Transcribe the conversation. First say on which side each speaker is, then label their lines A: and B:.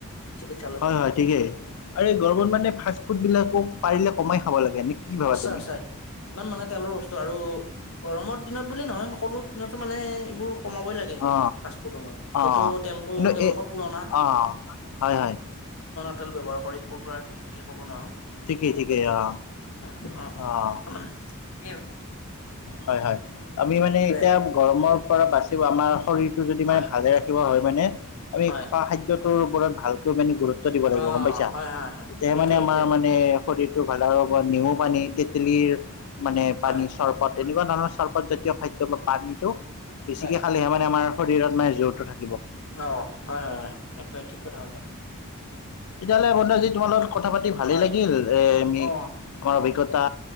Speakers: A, on the left; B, on the left.
A: চিকিৎসালয়ত
B: হয় হয় ঠিকেই আৰু এই গৰত মানে ফাষ্ট ফুড বিলাকো পাৰিলে কমাই খাব লাগে নে কি? ভাবা
A: আছে
B: তুমি
A: আছে ইমান মানে তেওঁ বস্তু আৰু গৰমৰ দিনত বুলি নহয় সকলো দিনতে মানে এইবোৰ কমাবই লাগে কিন্তু
B: অ
A: ফাষ্টফুডসমূহ যিহেতু
B: অ
A: তেলটো
B: কিন্তু
A: তেওঁলোকৰ
B: এই
A: পুৰণা
B: অ হয় হয়
A: হোটেল ব্যৱাৰ কৰি'ৰ পৰা কি দিয় ক'ব নোৱাৰোঁ।
B: থঠিকেই থঠিকেই অ
A: অ
B: অ
A: সেনেকুৱা মানে কি আৰু
B: হয় হয় আমি মানে
A: সেইটোৱে
B: এতিয়া গৰমৰ পৰা বাচিও আমাৰ শৰীৰটো যদি মানে
A: হয়
B: ভালে ৰাখি হয় মানে আমি
A: হয়
B: খোৱা খাদ্যটোৰ ওপৰত ভালকৈ মানে গুৰুত্ব দিব লাগিব
A: অ
B: গম পাইছা
A: হয় হয় হয়
B: তেতিয়াহে
A: সেইটোৱে
B: মানে
A: সেইটোৱে
B: আমাৰ মানে শৰীৰটো ভাল হ'ব নেমু পানী তেতেলীৰ মানে
A: হয়
B: পানী তেনেকুৱা ধৰণৰ চৰ্বত জাতীয় খাদ্য বা পানীটো
A: সঁচাই
B: বেছিকে খালেহে মানে আমাৰ শৰীৰত মানে জোৰটো থাকে
A: অ হয় হয়া একেবাৰে ঠিক কথা কৈছা?
B: তেতিয়াল ভৎদাজি তোমাৰ লগত কথা পাতি ভালেই
A: হয়
B: লাগিল এমি
A: অ
B: আমাৰ অভিজ্ঞতা